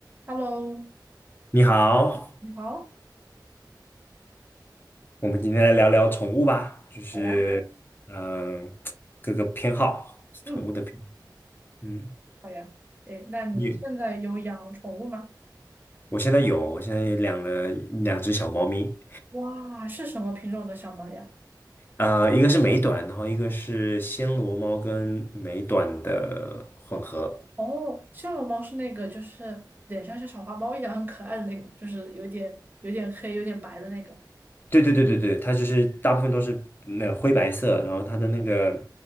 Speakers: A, on the right; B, on the left.
A: Hello，
B: 你好，
A: 你好，
B: 我们今天来聊聊宠物吧，就是嗯、
A: 好呀，
B: 呃各个偏好，
A: 嗯，
B: 宠物的偏好嗯，
A: 好呀，诶，那你现在有养宠物吗？
B: 你我现在有，我现在也养了两只小猫咪，
A: 哇，是什么品种的小猫呀？
B: 呃，一个是美短，然后一个是暹罗猫跟美短的混合。
A: 哦，夏洛猫是那个，就是脸上像像小花猫一样很可爱的那个，就是有点有点黑、有点白的那个。
B: 对对对对对，它就是大部分都是那个灰白色，然后它的那个